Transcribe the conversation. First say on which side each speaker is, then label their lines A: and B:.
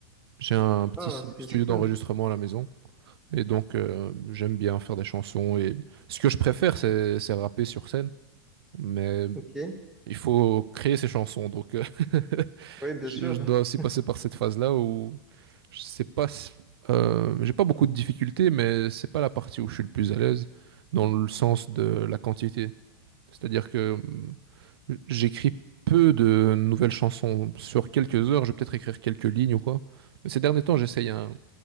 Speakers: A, on the right (about 75°); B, in the centre.
A: J'ai un petit
B: Ah,
A: si-
B: c'est
A: studio
B: c'est cool.
A: d'enregistrement à la maison. Et donc, euh, j'aime bien faire des chansons. Et ce que je préfère, c'est, c'est rapper sur scène. Mais
B: Ok.
A: il faut créer ses chansons. Donc, euh, <laughs>
B: Oui, bien
A: je,
B: sûr.
A: je dois aussi
B: <laughs>
A: passer par cette phase-là où je sais pas, si- euh, j'ai pas beaucoup de difficultés, mais c'est pas la partie où je suis le plus à l'aise dans le sens de la quantité. C'est-à-dire que J'écris peu de nouvelles chansons. Sur quelques heures, je vais peut-être écrire quelques lignes ou quoi. Mais ces derniers temps, j'essaye un,